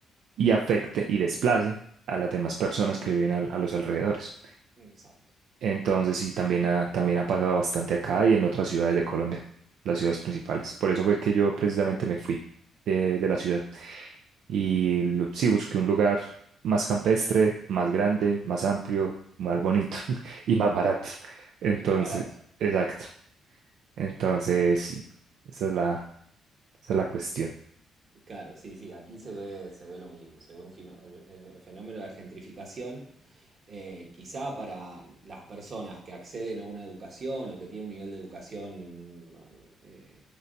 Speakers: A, on the right (about 75°); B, on the right (about 45°).
A: y afecte y desplace a las demás personas que viven al- a los alrededores.
B: Exacto.
A: Entonces
B: Mm.
A: sí, también ha, también ha pasado bastante acá y en otras ciudades de Colombia, las ciudades principales. Por eso fue que yo precisamente me fui de, de la ciudad y lu- sí busqué un lugar más campestre, más grande, más amplio, más bonito <laughs> y más barato. Entonces,
B: Y más barato.
A: exacto. Entonces sí, esa es la, esa es la cuestión.
B: Claro, sí, sí, aquí se ve, se ve lo mismo, se ve un fino- el, el fenómeno de la gentrificación, eh, quizá para las personas que acceden a una educación o que tienen un nivel de educación eh,